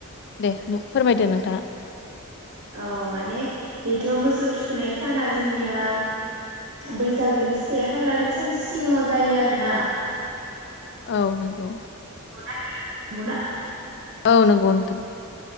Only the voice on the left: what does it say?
दे फोरमायदो नोंथाङा
औ नंगौ
औनो नंगौ नोंथा